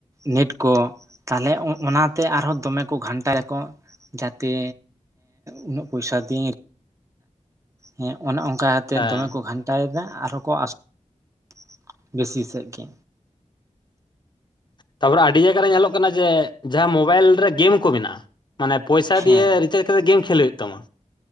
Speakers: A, on the right (about 25°); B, on the left (about 35°).
A: ᱱᱮᱴ ᱠᱚ ᱛᱟᱦᱚᱞᱮ ᱚᱸ ᱚᱱᱟᱛᱮ ᱟᱨᱦᱚᱸ ᱫᱚᱢᱮ ᱠᱚ ᱜᱷᱟᱱᱴᱟᱭᱟᱠᱚ ᱡᱟᱛᱮ ᱩᱱᱟᱹᱜ ᱯᱚᱭᱥᱟ ᱫᱤᱭᱮᱧ ᱦᱮᱸ ᱚᱱᱮ ᱚᱱᱠᱟ ᱠᱟᱛᱮᱫ
B: ᱦᱮᱸ
A: ᱫᱚᱢᱮ ᱠᱚ ᱜᱷᱟᱱ ᱴᱟᱭᱮᱫᱟ ᱟᱨᱦᱚᱸ ᱠᱚ <inaudible> ᱵᱮᱥᱤ ᱥᱮᱜ ᱜᱮ
B: ᱛᱟᱯᱚᱨᱮ ᱟᱹᱰᱤ ᱡᱟᱭᱜᱟ ᱨᱮ ᱧᱮᱞᱚᱜ ᱠᱟᱱᱟ ᱡᱮ ᱡᱟᱦᱟᱸ ᱢᱳᱵᱟᱭᱤᱞ ᱨᱮ ᱜᱮᱢ ᱠᱚ ᱢᱮᱱᱟᱜᱼᱟ ᱢᱟᱱᱮ ᱯᱚᱭᱥᱟ
A: ᱦᱮᱸ
B: ᱫᱤᱭᱮ ᱨᱤᱪᱟᱪ ᱠᱟᱛᱮᱜ ᱜᱮᱢ ᱠᱷᱮᱞ ᱦᱩᱭᱩᱜ ᱛᱟᱢᱟ